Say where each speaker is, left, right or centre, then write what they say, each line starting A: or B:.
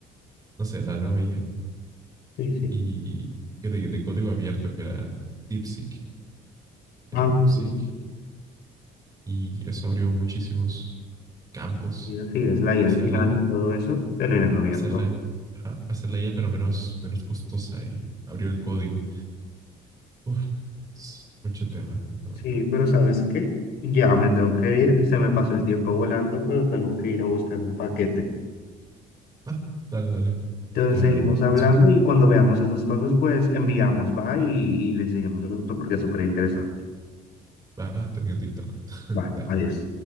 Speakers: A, on the right; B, on the left.
A: no sé, la nueva IA
B: sí, sí.
A: y que de, de código abierto que era DeepSeek. Era
B: Ah,
A: DeepSeek
B: pues sí.
A: y eso abrió muchísimos campos
B: Sí, así es, la IA
A: de
B: al
A: ser
B: final
A: la,
B: y todo eso terminan abierto.
A: ser la- ajá, hacerla ella, pero menos, menos costosa y abrió el código. Uf, es mucho tema, la verdad.
B: Sí, pero ¿sabes qué? Ya me tengo que ir, se me pasó el tiempo volando, pero tengo que ir a buscar un paquete.
A: Ah, dale, dale.
B: Entonces
A: Ya,
B: seguimos hablando
A: sí.
B: y cuando veamos esas cosas, pues enviamos, va, y, y le seguimos el otro porque es súper interesante.
A: Ah, te vi un TikTok. <laughs>
B: Va,
A: Dale.
B: adiós.